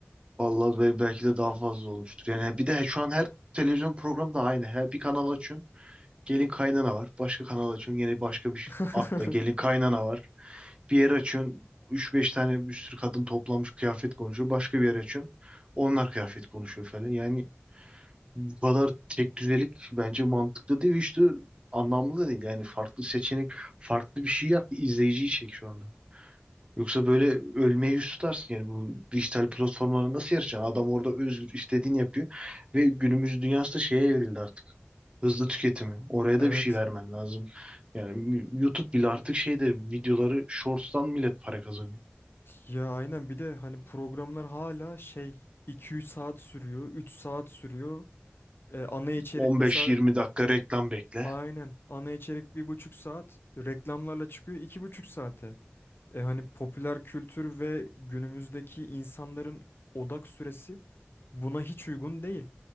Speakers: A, on the right (about 25°); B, on the left (about 60°).
A: Vallahi be- belki de daha fazla olmuştur. Yani bir de şu an her televizyon programı da aynı. Her bir kanal açıyorsun. Gelin kaynana var. Başka kanal açıyorsun. Yine başka bir
B: <laughs>
A: atla gelin kaynana var. Bir yer açıyorsun. üç beş tane bir sürü kadın toplanmış kıyafet konuşuyor. Başka bir yer açıyorsun. Onlar kıyafet konuşuyor falan. Yani Bu kadar tek düzelik bence mantıklı değil ve işte anlamlı da değil. Yani farklı seçenek, farklı bir şey yap, ki izleyiciyi çek şu anda. Yoksa böyle ölmeye yüz tutarsın yani bu dijital platformlara nasıl yarışacaksın? Adam orada özgür istediğini yapıyor ve günümüz dünyası da şeye evrildi artık. Hızlı tüketimi. Oraya
B: Evet.
A: da bir şey vermen lazım. Yani YouTube bile artık şeyde videoları shorts'tan millet para kazanıyor.
B: Ya aynen bir de hani programlar hala şey iki üç saat sürüyor, üç saat sürüyor. Ee, ana içerik
A: 15-20
B: mesela
A: dakika reklam bekle.
B: Aynen. Ana içerik bir buçuk saat. Reklamlarla çıkıyor iki buçuk saate. E hani popüler kültür ve günümüzdeki insanların odak süresi buna hiç uygun değil.